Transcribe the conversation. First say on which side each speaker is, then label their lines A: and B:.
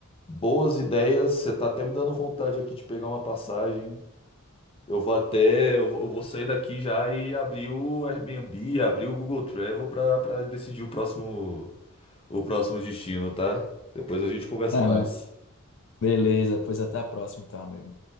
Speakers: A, on the left (about 25°); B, on the left (about 60°).
A: boas ideias. Você tá até me dando vontade aqui de pegar uma passagem. Eu vou até, eu vou eu vou sair daqui já e abrir o Airbnb, abrir o Google Travel pra para decidir o próximo, o próximo destino, tá? Depois a gente conversa
B: é,
A: mais.
B: meu. Beleza, pois até a próxima então, amigo.